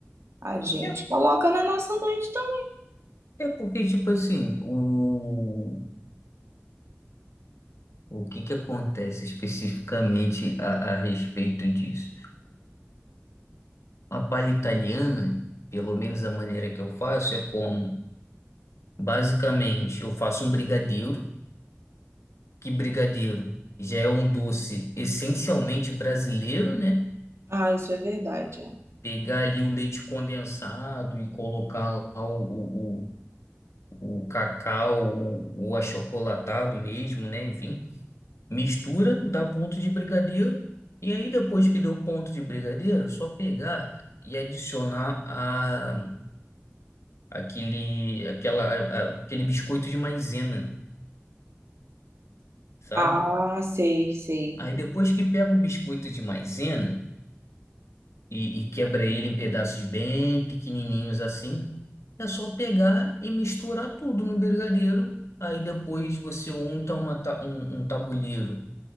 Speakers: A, on the right; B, on the left.
A: a gente
B: É,
A: coloca na nossa noite também.
B: é porque, tipo assim, o, o que que acontece especificamente a, a respeito disso? A palha italiana, pelo menos a maneira que eu faço, é como, basicamente, eu faço um brigadeiro, que brigadeiro já é um doce essencialmente brasileiro, né?
A: Ah, isso é verdade. é.
B: Pegar ali o leite condensado e colocar lá o, o, o, o cacau, o, o achocolatado mesmo, né? Enfim, mistura, dá ponto de brigadeiro, e aí depois que deu ponto de brigadeiro, é só pegar e adicionar a aquele, aquela, a- aquele biscoito de maisena, sabe?
A: Ah, sei, sei.
B: Aí depois que pega o biscoito de maisena e, e quebra ele em pedaços bem pequenininhos assim, é só pegar e misturar tudo no brigadeiro. Aí depois você unta uma, ta- um, um tabuleiro